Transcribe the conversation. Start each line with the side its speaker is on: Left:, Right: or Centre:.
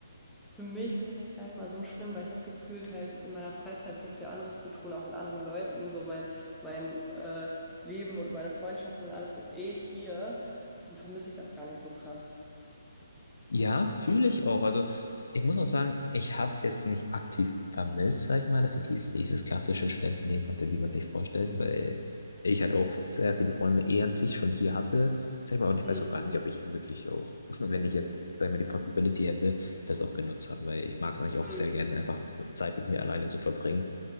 Centre: für mich finde ich das gar nicht mal so schlimm, weil ich habe gefühlt halt in meiner Freizeit so viel anderes zu tun, auch mit anderen Leuten. So mein, mein äh, Leben und meine Freundschaften und alles ist eh hier. Dann vermisse ich das gar nicht so krass.
Left: Ja, fühle ich auch. Also ich muss auch sagen, ich habe es jetzt nicht aktiv vermisst, sag ich mal, dass ich dieses, dieses klassische Studentenleben hatte, wie man sich vorstellt, weil ich halt auch sehr viele Freunde eh an sich schon hier hatte, sag ich mal, und ich
Centre: Mhm.
Left: weiß auch gar nicht, ob ich wirklich auch, <laughs> wenn ich jetzt, sag ich mal, die Possibility hätte, das auch genutzt habe, weil ich mag es eigentlich auch
Centre: Mhm.
Left: sehr gerne, einfach Zeit mit mir alleine zu verbringen.